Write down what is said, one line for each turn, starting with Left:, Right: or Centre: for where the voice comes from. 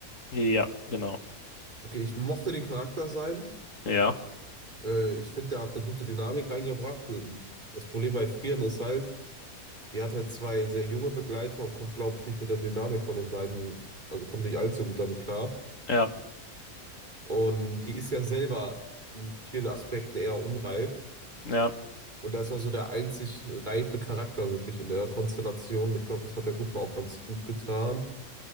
Left: Ja, genau.
Right: Okay, ich mochte den Charakter Sein.
Left: Ja,
Right: Äh, ich finde, der hat eine gute Dynamik reingebracht. Äh, Das Problem bei Frieren ist halt, die hat halt zwei sehr junge Begleiter und kommt, glaube ich, nicht mit der Dynamik von den beiden, also kommt nicht allzu gut damit klar.
Left: ja,
Right: Und die ist ja selber in vielen Aspekten eher unreif.
Left: ja,
Right: Und da ist noch so der einzig reife Charakter wirklich in der Konstellation. Ich glaube, das hat der Gruppe auch ganz gut getan.